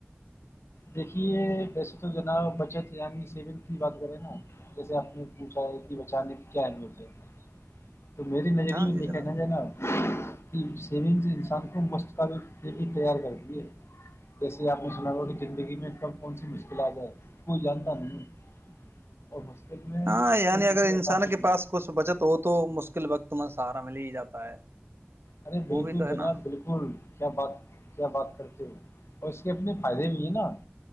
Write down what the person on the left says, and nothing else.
دیکھیے ویسے تو جناا بچت یعنی سیونگ کی بات کریں نا جیسے اپنی اونچائی انی بچانے کی کیا اہمیت ہے
تو میری نظریہ
میں
دیکھا
جائے نہ کہ سیونگز انسان کو مستقب پ <unintelligible> بھی تیار کرتی ہے جسے آپ نے سنا ہو کہ زندگی میں کم کون سی مشکلات ہے کوئی جانتا نہیں اور مستق میں
کوئی
کسی کا
خفت
نہیں
ار
بالکل
جناب
بالکل اسکول کیا بات کیا بات کرتے ہو اور اس کے اپنے فائدے بھی ہیں نا